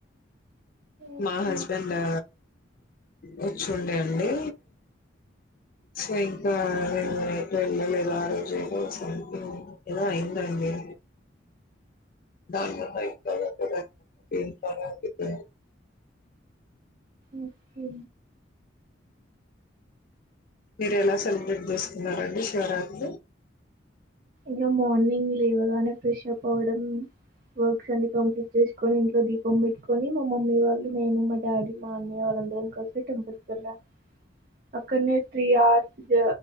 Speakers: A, on the right; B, on the left.
A: ఓకే
B: మా హస్బెండా వచ్చుండే అండి సో ఇంకా నేను అయితే వెళ్ళలేదో ఆ రోజు ఏదో సంథింగ్ ఏదో అయిందండి దాని పై <unintelligible> ఇంట్లోనే ఉండిపోయాను
A: ఓకే
B: మీరు ఎలా సెలబ్రేట్ చేసుకున్నారండి శివరాత్రి
A: మేము మార్ర్నింగ్ లేవగానే ఫ్రషప్ పవడం వర్క్స్ అన్ని కంప్లీట్ చేసుకొని ఇంట్లో దీపం పెట్టుకొని మా మమ్మీ వాళ్ళు నేను మా డాడీ మా అన్నయ్య వాళ్ళందరం కలిసి టెంపుల్ వెళ్ళాం అక్కడనే త్రీ అవర్స్